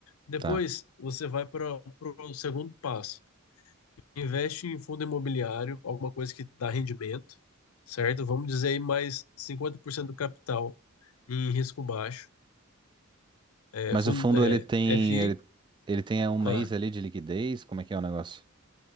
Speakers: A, on the left; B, on the right.
A: Depois
B: Tá.
A: você vai para o segundo passo. Investe em fundo imobiliário, alguma coisa que dá rendimento, certo? Vamos dizer aí mais 50% do capital em risco baixo. É,
B: Mas
A: fundo,
B: o fundo
A: é,
B: ele tem.
A: FI.
B: Ele, ele tem é, um mês
A: Ah.
B: ali de liquidez? Como é que é o negócio?